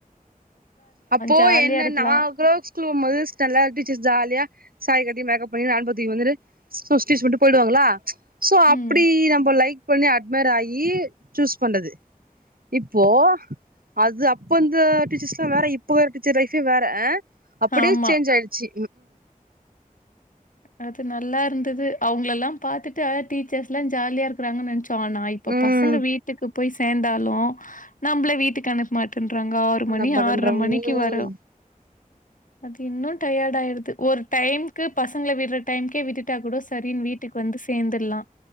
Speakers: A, on the right; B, on the left.
A: அப்போ
B: ஜாலியா
A: என்ன
B: இருக்கலாம்
A: நாக்ரோச் தூங்கும்போது ஸ்டெல்லா டீச்சர் ஜாலியா சாரி கட்டி மேக்கப் பண்ணி கேன் பேக் தூக்கி வந்துரு சுஸ்டிஸ் விட்டு போயிடுவாங்களா சோ அப்டி
B: ம்
A: நம்ம லைக் பண்ணி அட்மர் ஆயி சூஸ் பண்றது இப்போ அது அப்போ அந்த டீச்சர்ஸ்ல்லா வேற இப்ப வேற டீச்சர் லைஃப்பே வேற அ அப்டியே
B: ஆமா
A: சேஞ்ச் ஆயிடுச்சு
B: அது நல்லா இருந்தது அவுங்களலா பாத்துட்டு அத டீச்சர்ஸ்ல்லா ஜாலியா இருக் அனுப்புறாங்கனு நெனச்சோ ஆனா இப்ப
A: ம்
B: பசங்க வீட்டுக்கு போய் சேந்தாலு நம்மள வீட்டுக்கு அனுப் மாட்டேன்றாங்க ஆறு
A: என்ன
B: மணி
A: பண்றன்
B: ஆற்ர மணிக்கு
A: ம்
B: வரோ அது இன்னு டயட் ஆயிடுது ஒரு டைம்க்கு ப சங்கள விட்ற டைம்கே விட்டுட்டா கூட சரின்னு வீட்டுக்கு வந்து சேந்துலா